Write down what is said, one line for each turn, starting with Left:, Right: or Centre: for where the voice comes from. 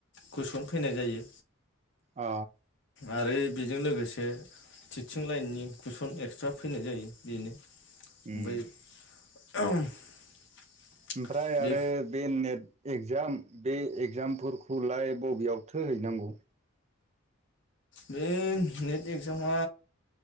Left: कुइसन फैनाय जायो।
Right: अ
Left: आरो बेजों लोगोसे टिटचिं लाइननि कटुइसन एक्सट्रा फैनाय जायो बेनो
Right: उम
Left: ओमफ्राय <unintelligible>
Right: ओमफ्राय आरो
Left: बे
Right: बे नेट एग्जाम बे एग्जाम फोरख हुलाय बबेयाव थोहैनांगौ?
Left: बे नेट एक्जामा